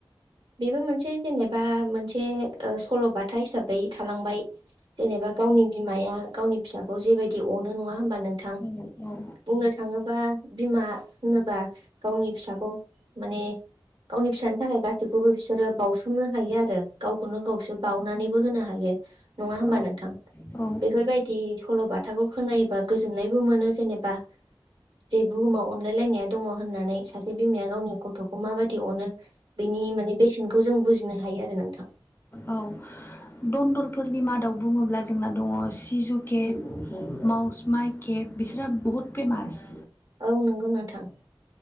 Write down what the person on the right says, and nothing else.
बेबो मोनसे जेनेबा मोनसे ओ सल'बाथा हिसाबै थालांबाय जेनेबा गावनि बिमाया गावनि फिसाखौ जेबायदि अनो नङा ओमबा नोंथां
बुंनो थाङोबा बिमा होनोबा गावनि फिसाखौ माने गावनि फिसानि थाखाय गा बेखौबो बिसोरो बावसोमनो हायो आरो गावखौनो गावसो बिसो बावनानैबो होनो हायो नङा ओमबा
नोंथां।
बेफोरबायदि सल' बा थाखौ खोनायोबा गोजोननायबो मोनो जेनेबा जे बुहुमाव अनलायलायनाया दङ होनना। सासे बिमाया गावनि गथ'खौ मा बायदि अनो बेनि माने बेसेनखौ जों बुजिनो हायो आरो नोंथां <inaudible>
औ नंगौ नोंथां